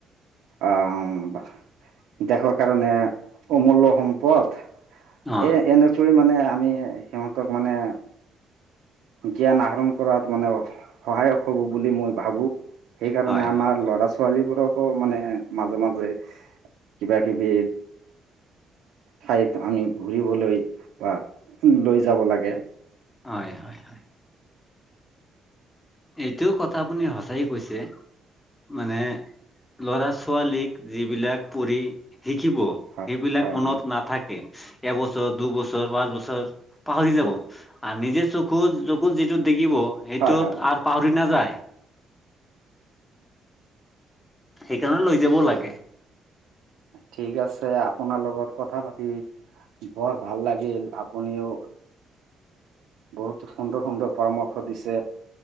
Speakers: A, on the right; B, on the left.
A: আহ দেৰ কাৰণে অমূল্য় সম্পদ।
B: অ
A: এ, এনেকৈ মানে আমি সিহঁতক মানে জ্ঞান আহৰণ কৰাত মানে সহায়ক হ'ব বুলি মই ভাবো। সেইকাৰণে
B: হয়
A: আমাৰ
B: হয়
A: ল'ৰা, ছোৱালীবোৰক আকৌ মানে মাজে, মাজে কিবা, কিবি ঠাইত আমি ঘূৰিবলৈ বা লৈ যাব লাগে।
B: হয়, হয়, হয়। এইটোও কথা আপুনি সঁচাই কৈছে। মানে ল'ৰা, ছোৱালীক যিবিলাক পঢ়ি শিকিব সেইবিলাক
A: হয় হয়
B: মনত
A: হয়
B: নাথাকে এবছৰ, দুবছৰ, পাঁচবছৰ পাহৰি যাব আৰু নিজে চকু, চকুত যিটো দেখিব সেইটোত
A: হয় হয় হয়
B: আৰু পাহৰি না যায়। সেইকাৰণে লৈ যাবও লাগে।
A: ঠিক আছে আপোনাৰ লগত কথা পাতি বৰ ভাল লাগিল আপুনিও বহুত সুন্দৰ, সুন্দৰ পৰামৰ্শ দিছে।